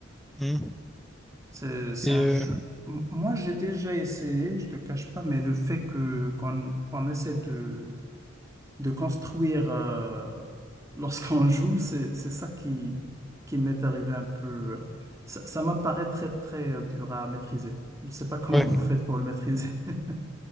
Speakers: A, in the centre; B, on the right.
A: Mhm.
B: C'est, c'est
A: Et
B: un
A: euh,
B: jeu. M- Moi, j'ai déjà essayé, je te cache pas, mais le fait que qu'on qu'on essaie de de construire euh, lorsqu'on <laughs> joue, c'est, c'est ça qui, qui m'est arrivé un peu. euh, Ça, ça m'apparaît très, très euh, dur à maîtriser. Je ne sais pas <laughs> comment
A: ouais.
B: vous faites pour le maîtriser. <laughs>